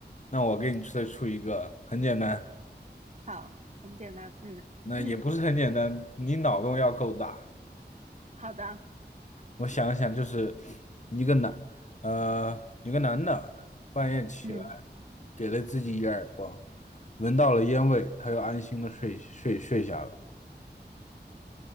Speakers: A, on the left (about 40°); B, on the right (about 40°).
A: 那我给你再出一个，很简单，
B: 好，很简单，嗯，
A: 那也不是很简单，
B: <coughs>
A: 你脑洞要够大。
B: <clears throat> 好的，
A: 我想一想，就是一个男，呃，一个男的半夜起来，
B: 嗯，
A: 给了自己一耳光，闻到了烟味，他又安心的睡睡睡下了。